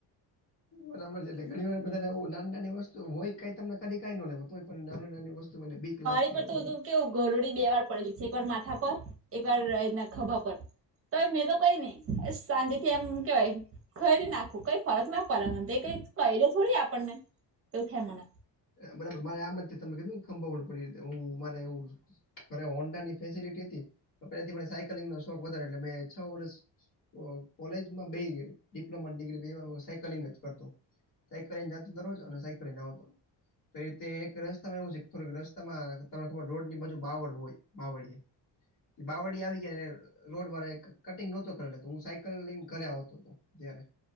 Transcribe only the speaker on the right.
મારી પર
તો
કેવું ઘરોડી બે વાર પડેલી છે. એક વાર માથા પર એક વારના ખભા પર. તો મેં તો કઈ નહી સાંજે થી એમ કેવાય. ખહેડી નાખું કઈ ફરક ના પડે મને એ કઈંક કરડે થોડી આપણને એવું થાય મને.